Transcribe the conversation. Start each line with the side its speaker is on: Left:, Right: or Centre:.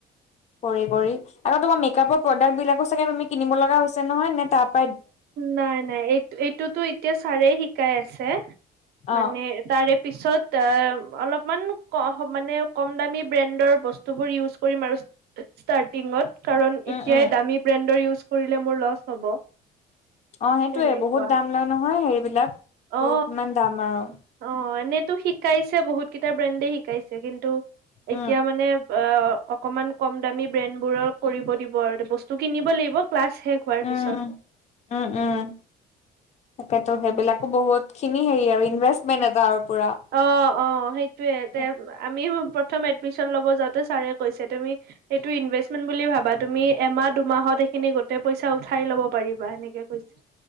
Left: কৰি কৰি আকৌ তোমাৰ মেকআপৰ প্ৰডাক্ট বিলাকো চাগে তুমি কিনিব লগা হৈছে নহয়, নে তাপ-
Right: নাই নাই এই এইটোতো এতিয়া ছাৰে শিকাই আছে,
Left: অ
Right: মানে- তাৰে পিছত আ অলপমান ক মানে কম দামী ব্ৰেণ্ডৰ ব স্তুবোৰ ইউজ কৰিম আৰু ষ্টাৰ্টিঙত। কাৰণ
Left: উম
Right: এতিয়াই
Left: উম
Right: দামী ব্ৰেণ্ডৰ ইউজ কৰিলে মোৰ লচ হ'ব।
Left: অ' সেইটোয়ে
Right: তেনেকুৱা
Left: বহুত দাম লয় নহয় হেৰি বিলাক,
Right: অ
Left: টো কিমান দাম আৰু।
Right: অ' এনেইতো শিকাইছে বহুত কেইটা ব্ৰেণ্ডে শিকাইছে, কিন্তু এতিয়া
Left: উম
Right: মানে- অ অকমান কম দামী ব্ৰেণ্ড বোৰৰ কৰিব দিব আৰু বস্তু কিনিব লাগিব ক্লাছ শেষ- হোৱাৰ
Left: উম
Right: পিছত।
Left: উম উম। তাকেতো সেইবিলাকো বহুত খিনি হেৰি আৰু ইনভেষ্টমেন্ট এটা আৰু পুৰা।
Right: অ' অ' সেইটোয়ে তে
Left: উম
Right: আমি প্ৰথম এডমিশন ল'ব যাওঁতে ছাৰে কৈছে, তুমি- সেইটো ইনভেষ্টমেন্ট বুলি ভাবা তুমি এমাহ দুমাহত এইখিনি গোটেই পইচা উঠাই ল'ব পাৰিবা এনেকে কৈছে